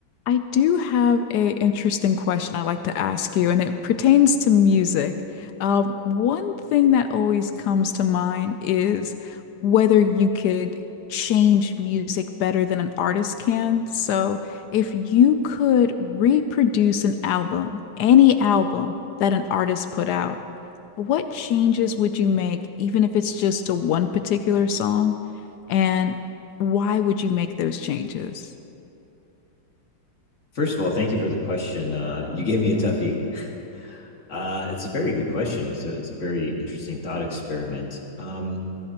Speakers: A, on the left; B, on the left.
A: I do have a interesting question I'd like to ask you, and it pertains to music. Um, one thing that always comes to mind is whether you could change music better than an artist can. So, if you could reproduce an album, any album that an artist put out, what changes would you make, even if it's just to one particular song? And why would you make those changes?
B: First of all, thank you for the question. Uh, you gave me a toughie. Uh, it's a very good question. It's a it's a very interesting thought experiment. Um,